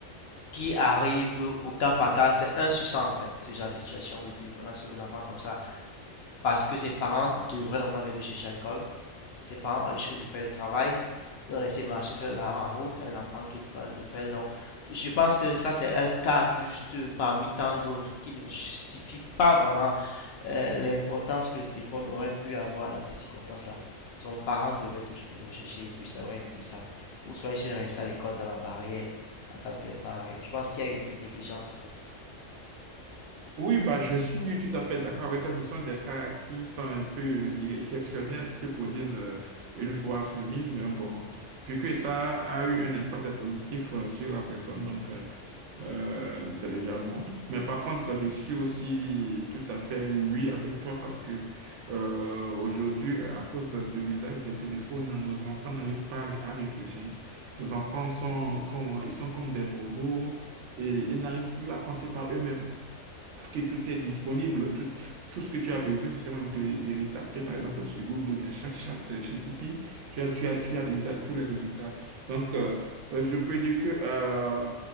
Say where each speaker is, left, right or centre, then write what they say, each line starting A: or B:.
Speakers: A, on the left (about 65°); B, on the right (about 80°).
A: qui arrivent au cas par cas. C'est un sur 100 en fait, ce genre de situation où le téléphone a sauvé l'enfant comme ça. Parce que ses parents devraient normalement venir le chercher à l'école. Ses parents ont échoué de faire le travail. Ils ont laissé marcher seul en route un enfant qui va le faire. Donc, je pense que ça, c'est un cas juste parmi tant d'autres qui ne justifie pas vraiment euh, l'importance que le téléphone aurait pu avoir dans cette circonstance-là. Son parent devrait toujours venir le chercher et puis ça aurait évité ça. Ou soit il serait resté à l'école dans la barrière, attendre que les parents arrivent. Je pense qu'il y a eu un peu de négligence en fait.
B: Oui, bah, je suis tout à fait d'accord avec toi. Ce sont des cas qui sont un peu, je dirais, exceptionnels, qui se produisent euh, une fois sur mille, mais bon, vu que ça a eu un impact positif euh, sur la personne, donc euh, euh, c'est déjà bon. Mais par contre, je suis aussi tout à fait oui avec toi parce que euh, aujourd'hui, euh, à cause de l'usage des téléphones, nos enfants n'arrivent pas à à réfléchir. Nos enfants sont comme, ils sont comme des robots et ils n'arrivent plus à penser par eux-mêmes. Parce que tout est disponible, tout, tout ce que tu as besoin, justement, de, de le taper, par exemple, sur Google ou de ChatChat, ChatGPT, tu as, tu as,
A: Mhm.
B: tu as déjà tous les résultats. Donc, euh, euh, je peux dire que, euh,